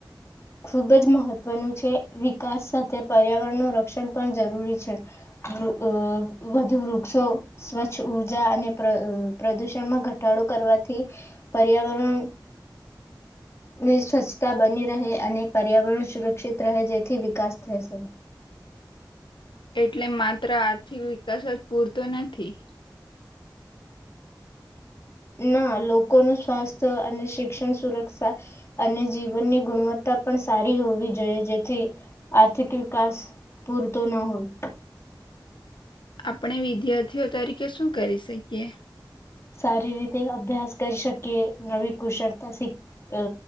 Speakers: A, on the left; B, on the left.
A: ખૂબજ મહત્વનું છે વિકાસ સાથે પર્યાવરણનું રક્ષણ પણ જરૂરી છે વૃ અ વધુ વૃક્ષો સ્વચ્છ ઉર્જા અને પ્ર અ પ્રદૂષણમાં ઘટાડો કરવાથી પર્યાવરણ ની સ્વચ્છતા બની રહે અને પર્યાવરણ સુરક્ષિત રહે જેથી વિકાસ થશે
B: એટલે માત્ર આર્થિક વિકાસ જ પૂરતો નથી.
A: ના લોકોનું સ્વાસ્થ્ય અને શિક્ષણ સુરક્ષા અને જીવનની ગુણવત્તા પણ સારી હોવી જોઈએ જેથી આર્થિક વિકાસ પૂરતો ન હોય.
B: આપણે વિદ્યાર્થીઓ તરીકે શું કરી શકીએ.
A: સારી રીતે અભ્યાસ કરી શકીએ નવી કુશળતા શીખ અ